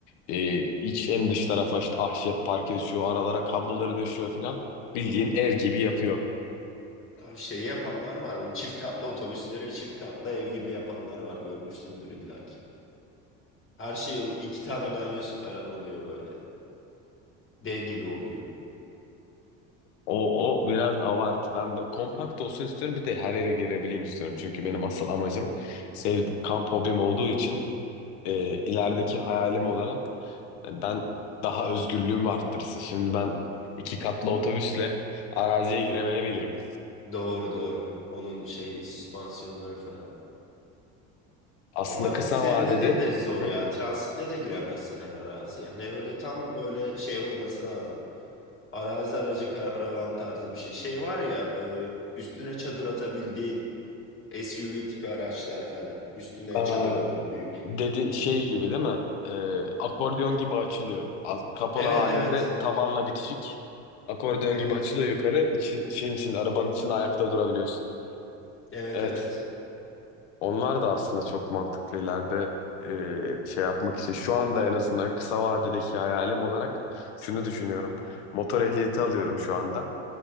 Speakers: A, on the left (about 80°); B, on the left (about 35°).
A: E, iç en dış tarafa işte ahşap parke düşüyor. Aralara kabloları düşüyor falan. Bildiğin ev gibi yapıyor.
B: Abi şey yapanlar var. Bu çift katlı otobüslere çift katlı ev gibi yapanlar var. Görmüşsündür illaki. Her şey ol iki tane banyosu falan oluyor böyle. Dev gibi oluyor.
A: O, o biraz avartı. Ben böyle kompakt olsun istiyorum. Bir de her yere girebileyim istiyorum. Çünkü benim asıl amacım sev kamp hobim olduğu için e, ilerideki hayalim olarak e, ben daha özgürlüğümü arttırsın. Şimdi ben iki katlı otobüsle araziye giremeyebilirim.
B: Doğru doğru. Onun şey süspansiyonları falan.
A: Aslında
B: Ama
A: kısa
B: senin
A: vadede
B: dediğin de zor
A: Hı.
B: ya. Transitle de giremezsin her araziye. Hani öyle tam böyle şey olması lazım. Arazi aracı karavan tarzı bir şey. Şey var ya e, üstüne çadır atabildiğin SUV tipi araçlar falan. Üstüne
A: Aa,
B: çadır olan büyük.
A: dedi şey gibi değil mi? Ee, akordeon gibi açılıyor. Az- Kapalı
B: Evet
A: halinde
B: evet.
A: tavanla bitişik. Akordeon
B: Evet.
A: gibi açılıyor yukarı. İçin, şeyin içinde, arabanın içinde ayakta durabiliyorsun.
B: Evet
A: Evet.
B: evet.
A: Onlar da aslında çok mantıklı ileride e, şey yapmak için. Şu anda en azından kısa vadedeki hayalim olarak şunu düşünüyorum. Motor ehliyeti alıyorum şu anda.